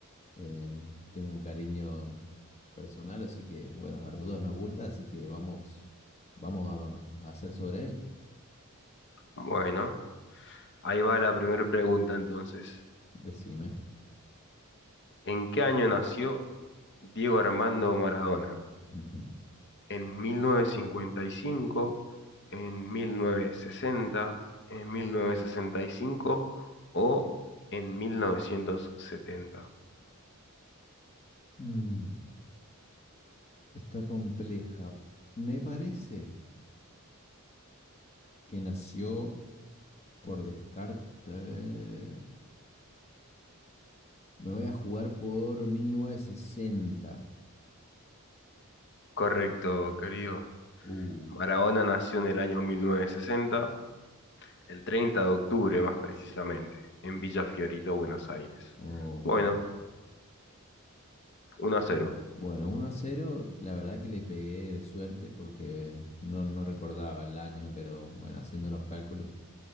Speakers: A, on the left; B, on the left.
A: Eh, tengo un cariño personal, así que bueno, a los dos nos gusta, así que vamos, vamos a, a hacer sobre él.
B: Bueno, ahí va la primera pregunta entonces.
A: Decime.
B: ¿En qué año nació Diego Armando Maradona?
A: Ujú.
B: en 1955, en 1960, en 1965 o en mil novecientos setenta.
A: Mm, está compleja. Me parece que nació por descarte. a ver, Me voy a jugar por mil novecientos sesenta
B: Correcto, querido.
A: Uh,
B: Maradona nació en el año mil novecientos sesenta, el treinta de octubre más precisamente, en Villa Fiorito, Buenos Aires.
A: oh,
B: Bueno,
A: qué caca.
B: uno a cero.
A: Bueno, uno a cero, la verdad que le pegué de suerte porque no, no recordaba el año, pero bueno, haciendo los cálculos.